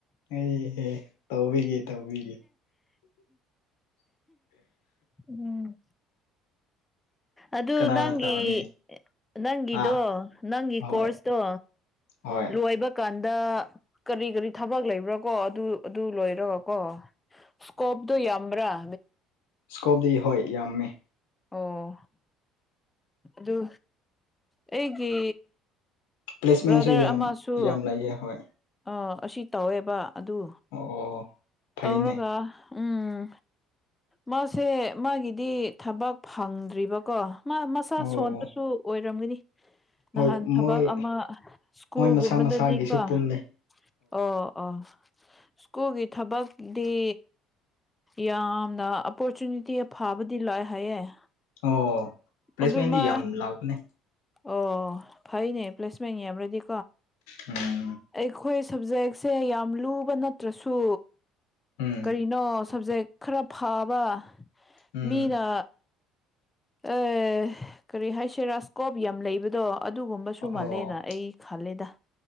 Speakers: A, on the left (about 80°); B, on the left (about 15°).
A: ꯑꯩꯍ ꯇꯧꯕꯤꯒꯦ ꯇꯧꯕꯤꯒꯦ
B: ꯎꯝ ꯑꯗꯨ
A: ꯀꯅꯥꯅ
B: ꯅꯪꯒꯤ
A: ꯇꯧꯔꯅꯤ
B: ꯅꯪꯒꯤꯗꯣ
A: ꯑꯥ
B: ꯅꯪꯒꯤ
A: ꯍꯣꯏ
B: ꯀꯣꯔꯁꯇꯣ
A: ꯍꯣꯏ
B: ꯂꯣꯏꯕ ꯀꯥꯟꯗ ꯀꯔꯤ ꯀꯔꯤ ꯊꯕꯛ ꯂꯩꯕ꯭ꯔꯥ ꯀꯣ ꯑꯗꯨ ꯑꯗꯨ ꯂꯣꯏꯔꯒ ꯀꯣ ꯁꯀꯣꯞꯗꯨ ꯌꯥꯝꯕ꯭ꯔꯥꯕ
A: ꯁ꯭ꯀꯣꯞꯗꯤ ꯍꯣꯏ ꯌꯥꯝꯃꯦ
B: ꯑꯣ ꯑꯗꯨ ꯑꯩꯒꯤ
A: ꯄ꯭ꯂꯦꯁꯃꯦꯟꯁꯨ
B: ꯕ꯭ꯔꯗꯔ
A: ꯌꯥꯝ
B: ꯑꯃꯁꯨ
A: ꯌꯥꯝ ꯂꯩꯌꯦ ꯍꯣꯏ
B: ꯑꯥ ꯑꯁꯤ ꯇꯧꯋꯦꯕ ꯑꯗꯨ
A: ꯑꯣ ꯐꯩꯅꯦ
B: ꯇꯧꯔꯒ ꯎꯝ ꯃꯥꯁꯦ ꯃꯥꯒꯤꯗꯤ ꯊꯕꯛ ꯐꯪꯗ꯭ꯔꯤꯕꯀꯣ ꯃꯥ ꯃꯁꯥ
A: ꯑꯣ
B: ꯁꯣꯟꯕꯁꯨ ꯑꯣꯏꯔꯝꯒꯅꯤ ꯅꯍꯥꯟ
A: ꯍꯣꯏ
B: ꯊꯕꯛ
A: ꯃꯣꯏ
B: ꯑꯃ ꯁ꯭ꯀꯨꯜꯒꯨꯝꯕꯗꯗꯤꯀꯣ
A: ꯃꯣꯏ ꯃꯁꯥ ꯃꯁꯥꯒꯤꯁꯨ
B: ꯑꯣ
A: ꯄꯨꯜꯂꯦ
B: ꯑꯣ ꯑꯣ ꯁ꯭ꯀꯨꯜꯒꯤ ꯊꯕꯛꯗꯤ ꯌꯥꯝꯅ ꯑꯣꯞꯄꯣꯔꯆꯨꯅꯤꯇꯤ ꯐꯕꯗꯤ ꯂꯥꯛꯑꯦ ꯍꯥꯏꯌꯦꯦ
A: ꯑꯣ ꯄ꯭ꯂꯦꯁꯃꯦꯟꯗꯤ
B: ꯑꯗꯨꯃ
A: ꯌꯥꯝ ꯂꯥꯛꯄꯅꯦ
B: ꯑꯣ ꯐꯩꯅꯦ ꯄ꯭ꯂꯁ ꯁꯅꯤ ꯍꯥꯏꯕꯣꯗꯤꯣ
A: ꯎꯝ
B: ꯑꯩꯈꯣꯏ ꯁꯕꯖꯦꯛꯁꯦ ꯌꯥꯝ ꯂꯨꯕ ꯅꯠꯇ꯭ꯔꯁꯨ
A: ꯎꯝ
B: ꯀꯔꯤꯅꯣ ꯁꯕꯖꯦꯛ ꯈꯔ ꯐꯕ
A: ꯎꯝ
B: ꯃꯤꯅ ꯑꯦ ꯀꯔꯤ ꯍꯥꯏꯁꯦ ꯔꯥꯁꯀꯣꯞ ꯌꯥꯝ ꯂꯩꯕꯗꯣ ꯑꯗꯨꯒꯨꯝꯕꯁꯨ
A: ꯑꯣ
B: ꯃꯥꯜꯂꯦ ꯑꯩ ꯈꯂꯦꯗ